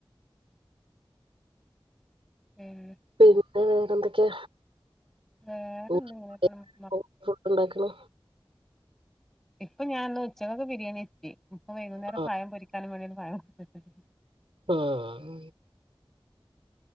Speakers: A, in the centre; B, on the right.
A: മം
B: പിന്നെ വേറെ എന്തൊക്കെ?
A: വേറെന്താ
B: <unintelligible>
A: ഇങ്ങനെ പോണ്
B: ഫുഡ് ണ്ടാക്ക്ണ്?
A: ഇപ്പൊ ഞാൻന്ന് ഉച്ചകക്ക് ബിരിയാണി വെച്ച്. ഇപ്പ വൈകുന്നേരം
B: ആഹ്
A: പഴം പൊരിക്കാൻ വേണ്ടിയാണ്ട് പഴം കൊടു
B: ആഹ്